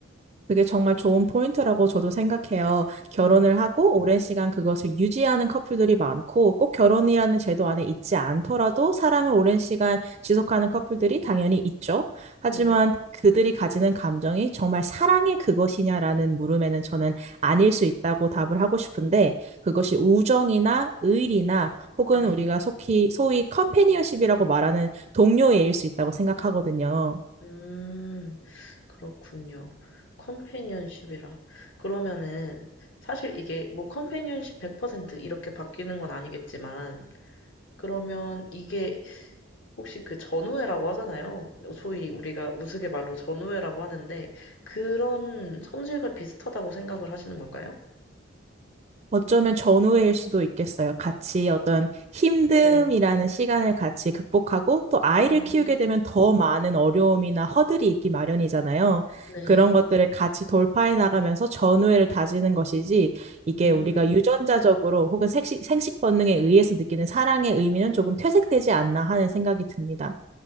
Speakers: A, on the right; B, on the left.
A: 그게 정말 좋은 포인트라고 저도 생각해요. 결혼을
B: 네.
A: 하고 오랜 시간 그것을 유지하는 커플들이 많고 꼭 결혼이라는 제도 안에 있지 않더라도 사랑을 오랜 시간 지속하는 커플들이 당연히 있죠. 하지만
B: 네.
A: 그들이 가지는 감정이 정말 사랑의 그것이냐라는 물음에는 저는 아닐 수 있다고 답을 하고 싶은데 그것이
B: 음,
A: 우정이나 의리나 혹은
B: 네.
A: 우리가 속히 소위 컴패니언십이라고 말하는 동료애일 수 있다고 생각하거든요.
B: 음, 그렇군요. 컴패니언십이라. 그러면은, 사실 이게 뭐 컴패니언십 100% 이렇게 바뀌는 건 아니겠지만, 그러면 이게 혹시 그 전우회라고 하잖아요. 소위 우리가 우스갯말로 전우회라고 하는데, 그런 성질과 비슷하다고 생각을 하시는 걸까요?
A: 어쩌면 전우회일 수도 있겠어요. 같이 어떤 힘듦이라는
B: 네.
A: 시간을 같이 극복하고 또 아이를
B: 음.
A: 키우게 되면 더 많은 어려움이나 허들이 있기 마련이잖아요.
B: 네.
A: 그런 것들을 같이 돌파해 나가면서 전우회를 다지는 것이지 이게
B: 음,
A: 우리가 유전자적으로 혹은 생식, 생식 본능에 의해서 느끼는 사랑의 의미는 조금 퇴색되지 않나 하는 생각이 듭니다.